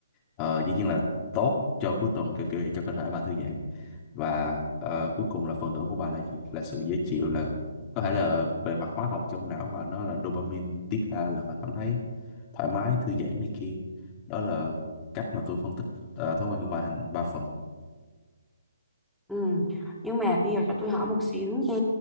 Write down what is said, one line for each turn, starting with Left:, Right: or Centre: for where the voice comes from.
Left: ờ, dĩ nhiên là tốt cho cuối tuần kiểu kiểu vậy cho cơ thể bà thư giãn và ờ, cuối cùng là phần thưởng của bà là gì là sự dễ chịu là có thể là về mặt hóa học trong não và nó là dopamine tiết ra là mà cảm thấy thoải mái thư giãn này kia đó là cách mà tôi phân tích ờ, thói quen của bà thành ba phần
Centre: Ừ. Nhưng mà bây giờ cho tôi hỏi một xíu nha